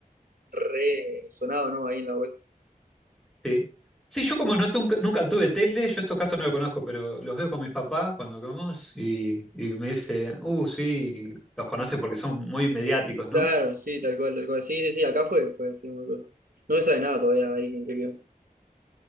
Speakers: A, on the right (about 80°); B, in the centre.
A: re sonado, ¿no? Ahí en la vuelta.
B: Sí. Sí, yo
A: Sí,
B: como
A: sí.
B: no tunca- nunca tuve tele, yo estos casos no los conozco, pero los veo con mis papás cuando comemos y, y me dice, uh, sí, y los conocen porque son muy mediáticos, ¿no?
A: Claro, sí, tal cual, tal cual. Sí, sí, sí, acá fue, fue, sí, muy cool. No se sabe nada todavía ahí en qué quedó.